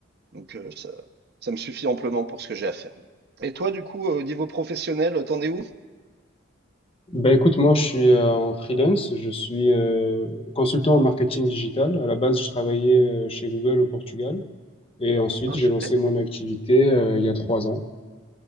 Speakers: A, on the right (about 50°); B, on the left (about 30°).
A: donc, euh, ça, ça me suffit amplement pour ce que j'ai à faire. Et toi, du coup, euh, au niveau professionnel, euh, t'en es où?
B: Ben écoute, moi, je suis euh, en freelance, je suis euh, consultant en marketing digital. À la base, je travaillais euh, chez Google au Portugal et ensuite,
A: Ah,
B: j'ai
A: super.
B: lancé mon activité euh, il y a trois ans.